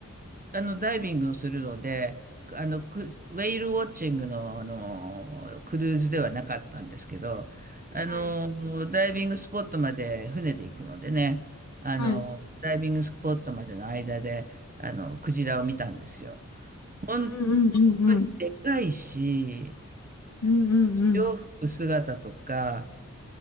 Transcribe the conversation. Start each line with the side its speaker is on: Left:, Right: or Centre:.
Right: あの、ダイビングをするので、あの、クウェイルウォッチングの、あの、クルーズではなかったんですけど、あの、
Left: はい、
Right: ダイビングスポットまで船で行くのでね、あの、
Left: はい。
Right: ダイビングスポットまでの間で、あの、クジラを見たんですよ。本
Left: うんうんうんうん。
Right: 当にでかいし、
Left: うんうんうん。
Right: 洋服姿とか、